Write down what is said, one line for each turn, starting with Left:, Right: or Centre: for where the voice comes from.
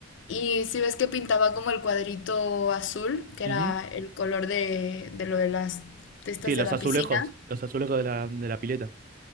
Left: Y si ves que pintaba como el cuadrito azul, que
Right: Ujú.
Left: era el color de, de lo de las testas
Right: Sí, los
Left: de la
Right: azulejos,
Left: piscina.
Right: los azulejos de la, de la pileta.